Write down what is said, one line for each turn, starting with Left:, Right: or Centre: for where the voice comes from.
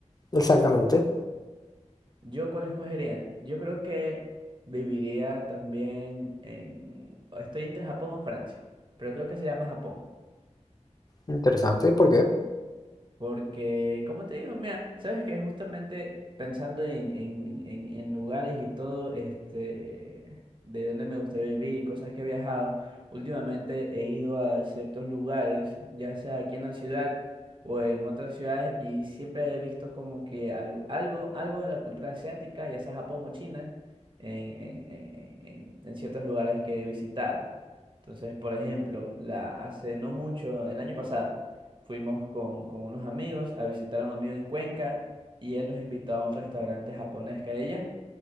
Left: Exactamente.
Right: ¿Yo cuál escogería? Yo creo que viviría también en... Estoy entre Japón o Francia, pero creo que sería más Japón.
Left: Interesante, ¿por qué?
Right: Porque, como te digo, mira, sabes que justamente pensando en, en, en, en lugares y todo, este, de dónde me gustaría vivir y cosas que he viajado, últimamente he ido a ciertos lugares, ya sea aquí en la ciudad o en otras ciudades, y siempre he visto como que algo, algo, algo de la cultura asiática, ya sea Japón o China, en, en, en, en, en en ciertos lugares que he visitado. Entonces, por ejemplo, la, hace no mucho, el año pasado. Fuimos con, con unos amigos a visitar a un amigo en Cuenca y él nos invitó a un restaurante japonés que hay allá